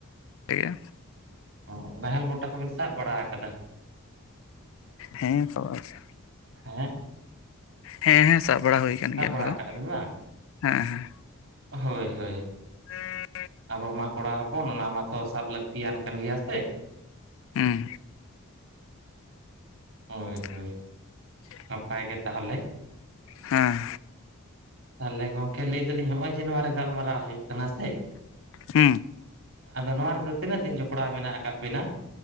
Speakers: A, on the left; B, on the right.
A: ᱜᱮᱭᱟ
B: ᱚ ᱱᱟᱦᱮᱞ ᱵᱚᱴᱟ ᱠᱚᱵᱤᱱ ᱥᱟᱵ ᱵᱟᱲᱟ ᱠᱟᱫᱟ
A: ᱦᱮᱸ ᱛᱚ ᱟᱪᱷᱟ
B: ᱦᱮᱸ
A: ᱦᱮᱸ ᱦᱮᱸ ᱥᱟᱵ ᱵᱟᱲᱟ ᱦᱩᱭ ᱟᱠᱟᱱ
B: ᱥᱟᱵ
A: ᱜᱮᱭᱟ
B: ᱵᱟᱲᱟ
A: ᱚᱱᱟ ᱠᱚᱫᱚ
B: ᱟᱠᱟᱜᱼᱟ ᱵᱤᱱ ᱵᱟᱝ
A: ᱦᱮᱸ ᱦᱮᱸ
B: ᱦᱳᱭ ᱦᱳᱭ
A: <inaudible>
B: ᱟᱵᱚ ᱢᱟ ᱠᱚᱲᱟ ᱦᱚᱯᱚᱱ ᱚᱱᱟ ᱢᱟᱛᱚ ᱥᱟᱵ ᱞᱟᱹᱠᱛᱤᱭᱟᱱ ᱠᱟᱱ ᱜᱮᱭᱟ ᱥᱮ
A: ᱦᱮᱸ
B: ᱦᱳᱭ
A: <inaudible>
B: ᱦᱳᱭ ᱱᱟᱯᱟᱭ ᱜᱮ ᱛᱟᱦᱚᱞᱮ
A: ᱦᱮᱸ
B: ᱛᱟᱦᱚᱞᱮ ᱜᱚᱝᱠᱮ ᱞᱟᱹᱭ ᱫᱟᱞᱤᱧ ᱦᱚᱜᱼᱚᱭ ᱡᱮ ᱱᱚᱣᱟ ᱨᱮ ᱜᱟᱞᱢᱟᱨᱟᱣ ᱦᱩᱭᱩᱜ ᱠᱟᱱᱟ ᱥᱮ
A: ᱦᱩ
B: ᱟᱫᱚ ᱱᱚᱶᱟ ᱨᱮᱫᱚ ᱛᱤᱱᱟᱹᱜ ᱫᱤᱱ ᱡᱚᱯᱲᱟᱣ ᱢᱮᱱᱟᱜ ᱟᱠᱟᱫ ᱵᱤᱱᱟ?